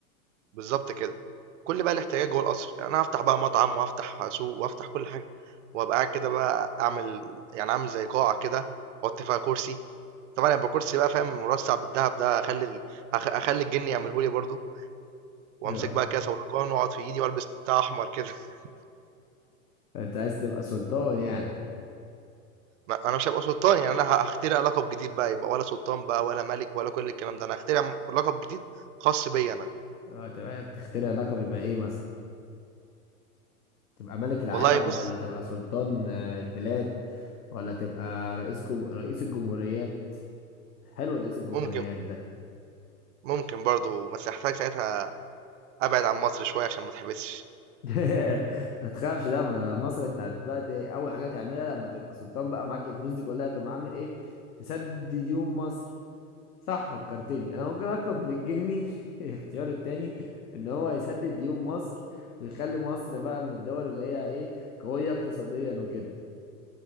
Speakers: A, on the right; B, on the left.
A: بالضبط كده. كل بقى الاحتياجات جوه القصر، يعني أنا هافتح بقى مطعم وهافتح سوق وهافتح كل حاجة، وهابقى قاعد كده بقى أعمل يعني أعمل زي قاعة كده وأحط فيها كرسي، طبعًا هيبقى كرسي بقى فاهم مرصع بالدهب ده هاخلّي ال هاخ هاخلّي الجِن يعمله لي برضه، وأمسك
B: ده- اه
A: بقى كاسة ولقان وأقعد في إيدي وألبس بتاع أحمر كده، <laughs>
B: انت عايز تبقى سلطان يعني
A: ما أنا مش هابقى سلطان يعني أنا ه هاخترع لقب جديد بقى يبقى ولا سلطان بقى ولا ملك ولا كل الكلام ده، أنا هاخترع م لقب جديد خاص بيّا أنا،
B: آه، تبقى تخترع لقب يبقى ايه مثلا تبقى ملك العالم
A: والله بُص
B: ولا تبقى سلطان آه، البلاد ولا تبقى رئيس جم... رئيس الجمهوريات حلو رئيس الجمهوريات
A: ممكن
B: ده
A: ممكن برضه بس هاحتاج ساعتها أبعد عن مصر شوية عشان ما اتحبسش.
B: <laughs> ما تخافش ده ما ده مصر انت دلوقتي اول حاجه تعملها لما تبقى سلطان بقى معاك الفلوس دي كلها تقوم عامل ايه تسدد دي ديون مصر صح فكرتني انا ممكن اطلب من الجني <laughs> الاختيار التاني ان هو يسدد ديون مصر ويخلي مصر بقى من الدول اللي هي ايه قويه اقتصاديا وكده